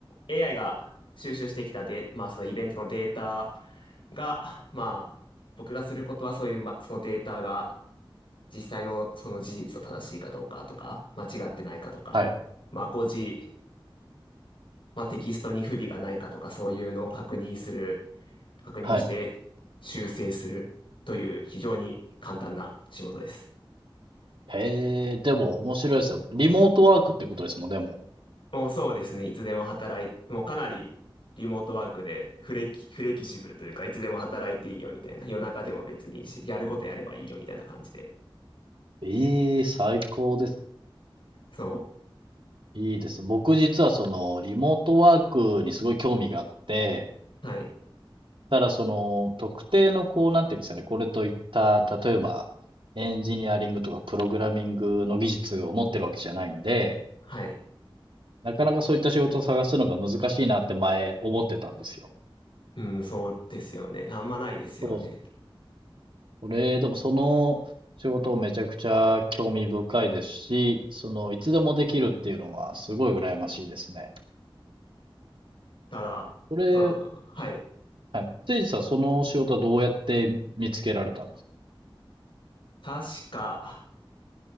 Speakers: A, on the left; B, on the right.
A: AI が収集してきたで、まあそのイベントのデータが、まあ僕がすることはそういう、まあそのデータが、実際のその事実と正しいかどうかとか、間違ってないかとか、
B: はい、
A: まあ誤字、まあテキストに不備がないかとか、そういうのを確認する、確認して修正するという非常に簡単な仕事です。
B: はい。へえ、でも面白いですよ。リモートワークってことですもんね、もう。
A: もうそうですね、いつでも働い、もうかなりリモートワークでフレキ、フレキシブルというか、いつでも働いていいよみたいな、夜中でも別にいいし、やることやればいいよみたいな感じで。
B: ええ、最高です。
A: そ
B: いいです。僕実はその、リモートワークにすごい興味があって、
A: う。はい。
B: ただその、特定のこう、なんていうんですかね、これといった、例えば、エンジニアリングとかプログラミングの技術を持ってるわけじゃないんで、
A: はい。
B: なかなかそういった仕事を探すのが難しいなって前思ってたんですよ。
A: うん、そうですよね。あんまないですよね。
B: そうですね。これ、でもその仕事めちゃくちゃ興味深いですし、その、いつでもできるっていうのはすごい羨ましいですね。
A: ただ、
B: これ、
A: うん、はい。
B: はい。せいじさん、その仕事はどうやって見つけられたんです
A: 確か、